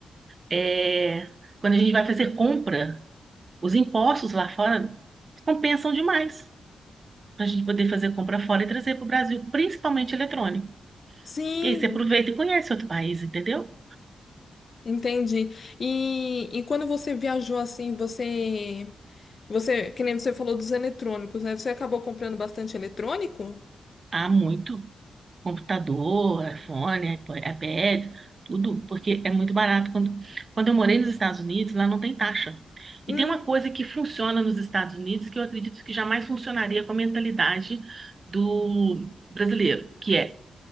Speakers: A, on the right (about 50°); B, on the left (about 50°).
A: É, quando a gente vai fazer compra, os impostos lá fora compensam demais para a gente poder fazer compra fora e trazer para o Brasil, principalmente eletrônico.
B: Sim,
A: E aí você aproveita e conhece outro país, entendeu?
B: entendi. E, e quando você viajou assim, você, você, que nem você falou dos eletrônicos, né? Você acabou comprando bastante eletrônico?
A: Há muito computador, iPhone, iPod, iPad, tudo, porque é muito barato. Quando, quando eu morei nos Estados Unidos, lá não tem taxa.
B: Hum,
A: E tem uma coisa que funciona nos Estados Unidos que eu acredito que jamais funcionaria com a mentalidade do brasileiro, que é